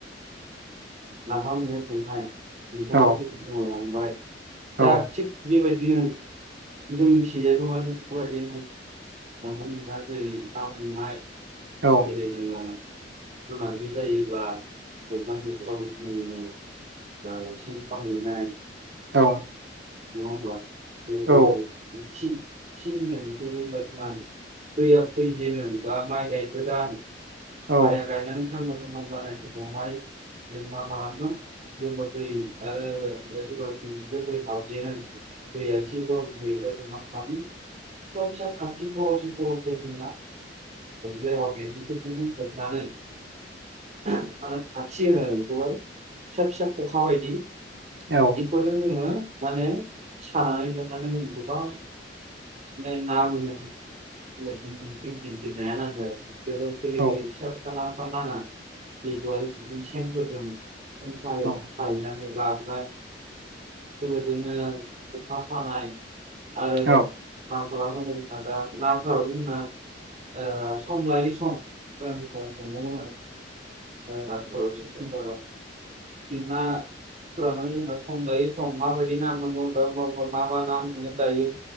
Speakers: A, on the right; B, on the right.
A: नाफामाय सोंाय नोंथांा
B: औ
A: दु लाखबायाय
B: औ
A: दा थि बेबायदिनो जों मिथिजायखौ माने फरायदों ज ज जैानि म
B: औ
A: जेरै जोंो गोनांथि जायोब्ला मोखां मखां मङैनो दायसेां बाहैनाय
B: औ
A: म ब
B: औ
A: ब <unintelligible> दैयाव फैजेोन बा माइ गायबो जाह
B: औ
A: माइया गायनानै सामां सामां जानाय दहाय जों मा मादों ज बथ बे लाि बे फस। ब फाम। <unintelligible> फिसा फिसा खाथि दस फ'स फैलाा बेनो। हमनानै मान खाथि होनो आरो बेखौब फिसा फिसा खखा बायदि।
B: औ।
A: बेफोरजों जनोङो माने सानानै दोननानै गोबां। नै ना मोनो <unintelligible> जोबो गोरलै
B: औ
A: गोरलै फिसा फिसा <unintelligible> नाङा <unintelligible> सेंफोर दं। जायो
B: औ
A: बायनानै लाबोनाय। बेबायदिनो खखा सानाय आरो जों
B: औ
A: मा खालाम नांगौ जोंना दा नाखौ जोंना ओ सम लायै सम <unintelligible> <unintelligible> बिबा। सम लायो सम माबायदि ना मोन मा मा ना मोन दायो।